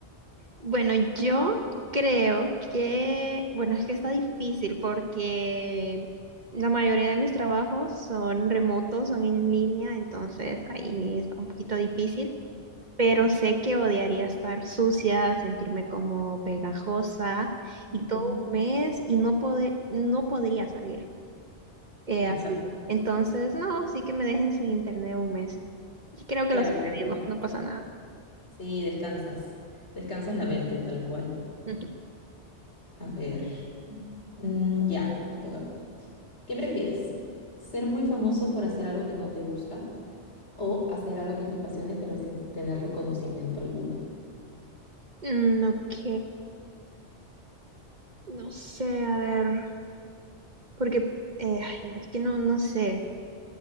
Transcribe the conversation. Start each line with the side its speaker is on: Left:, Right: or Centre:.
Right: Bueno, yo creo que, bueno, es que está difícil porque la mayoría de mis trabajos son remotos, son en línea, entonces ahí está un poquito difícil, pero sé que odiaría estar sucia, sentirme como pegajosa
Left: Ujú.
Right: y todo un mes y no pode- no podría salir eh,
Left: Exacto.
Right: así. Entonces, no, sí que me dejen sin internet un mes. Y creo
Left: Claro,
Right: que lo sobrevivo,
Left: como
Right: no pasa nada.
Left: sí, descansas. Descansas la mente, tal cual.
Right: <laughs>
Left: A ver. Mm, ya, me toca a mí. ¿Qué prefieres? ¿Ser muy famoso por hacer algo que no te gusta o hacer algo que te apasione pero sin tener reconocimiento alguno?
Right: Mm, ok. No sé, a ver, porque eh, ay, no, es que no, no sé,